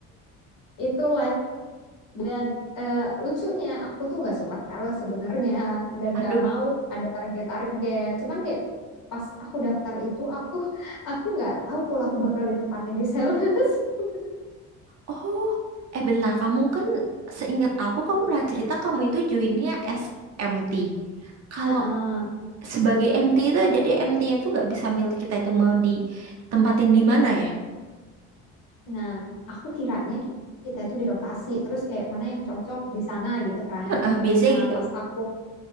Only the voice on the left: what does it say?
Itulah. Dan eh, lucunya, aku tuh nggak suka sales sebenarnya. Dan
nggak mau ada target-target. Cuman kayak pas aku daftar itu, aku <laughs> aku nggak tahu kalau aku bakal ditempatin di sales. <laughs>
Heeh.
Nah, aku kiranya kita itu dirotasi. Terus kayak mana yang cocok di sana gitu kan.
Nah,
pas aku